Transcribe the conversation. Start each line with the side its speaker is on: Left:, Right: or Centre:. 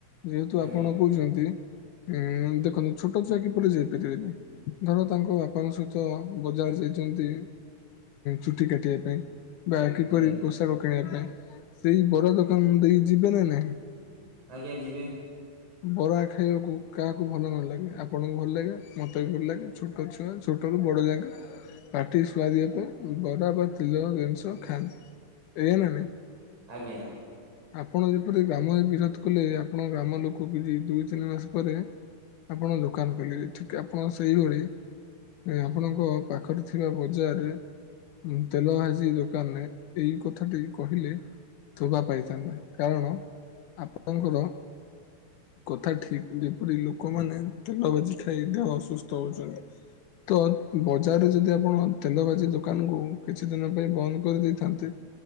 Left: ଯେହେତୁ
Right: ଆଜ୍ଞା
Left: ଆପଣ କହୁଛନ୍ତି ଏଁ ଦେଖନ୍ତୁ ଛୋଟ ଛୁଆ କିପରି ଯାଇପାରିବେନି ଧର ତାଙ୍କ ବା ବାପାଙ୍କ ସହିତ ବଜାର ଯାଇଛନ୍ତି ଚୁଟି କାଟିବା ପାଇଁ। ବା କିପରି
Right: ଆଜ୍ଞା।
Left: ପୋଷାକ କିଣିବା ପାଇଁ ସେଇ ବଡ ଦୋକାନ ଦେଇ ଯିବେ ନା ନାହିଁ?
Right: ଆଜ୍ଞା ଯିବେ।
Left: <unintelligible> ବରା ଖାଇବାକୁ କାହାକୁ ଭଲ ନ ଲାଗେ ଆପଣଙ୍କୁ ଭଲ ଲାଗେ ମତେ ବି ଭଲ ଲାଗେ ଛୋଟ ଛୁଆ ଛୋଟରୁ ବଡ଼ ଯାକେ ପାଟି ସୁଆଦିଆ ପାଇଁ ବରା ବା ତେଲ ଜିନିଷ ଖାଆନ୍ତି। ଏଇଆ ନାଁ ନାହିଁ।
Right: ଆଜ୍ଞା।
Left: ଆପଣ ଯେପରି ଗ୍ରାମରେ ବିରୋଧ କଲେ, ଆପଣଙ୍କ ଗ୍ରାମ ଲୋକ କିଛି ଦୁଇ ତିନି ମାସ ପରେ ଆପଣ ଦୋକାନ ଖୋଲିବେ, ଠିକ୍ ଆପଣ ସେଇଭଳି ଆଁ ଆପଣଙ୍କ ପାଖରେ ଥିବା ବଜାର୍ ରେ ତେଲ ଭାଜି ଦୋକାନ୍ ନେ ଏଇ କଥାଟି କହିଲେ ଥୋବା ପାଇଥାନ୍ତା, କାରଣ ଆପଣଙ୍କର କଥା ଠିକ୍ ଯେପରି ଲୋକମାନେ ତେଲ ଭାଜି ଖାଇ ଦେହ ଅସୁସ୍ଥ ହଉଛନ୍ତି। ତ ବଜାର୍ ରୁ ଯଦି ଆପଣ ତେଲ ଭାଜି ଦୋକାନ୍ କୁ କିଛି ଦିନ ପାଇଁ ବନ୍ଦ୍ କରି ଦେଇଥାନ୍ତେ